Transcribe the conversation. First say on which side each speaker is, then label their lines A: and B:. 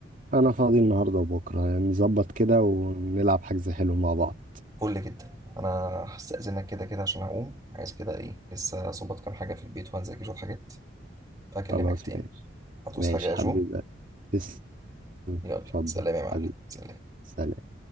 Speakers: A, on the right; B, on the right.
A: انا فاضي النهارده وبكره نظبط كده ونلعب حجز حلو مع بعض
B: فل جدا أنا هستأذنك كده كده عشان هقوم عايز كده إيه لسه أظبط كام حاجة في البيت وهنذاكر شوية حاجات فهكلمك
A: خلاص
B: تاني
A: ماشي
B: هتوصي
A: ماشي
B: حاجة يا
A: حبيبي
B: جو
A: تسلم.
B: يلا
A: اتفضل
B: سلام يا معلم
A: حبيبي
B: سلام
A: سلام